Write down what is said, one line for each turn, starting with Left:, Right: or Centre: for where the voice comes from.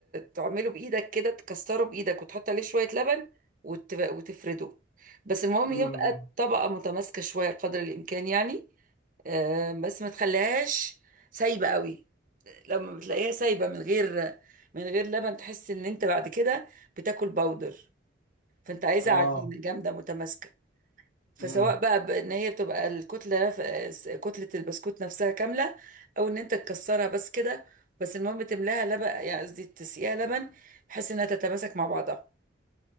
Right: تعمله بايدك كده تكسره بايدك وتحط عليه شوية لبن وت... وتفرده بس المهم
Left: امم
Right: يبقى الطبقة متماسكة شوية قدر الامكان يعني آه، بس ما تخليهاش سايبة قوي لما بتلاقيها سايبه من غير من غير لبن تحس ان انت بعد كده بتاكل باودر فانت عايزه
Left: اه
Right: عجينه جامده متماسكه فسواء
Left: امم
Right: بقى بان هي بتبقى الكتله نف... س- كتله البسكوت نفسها كامله او ان انت تكسرها بس كده بس المهم تملاها لبن يعني قصدي تسقيها لبن بحيث انها تتماسك مع بعضها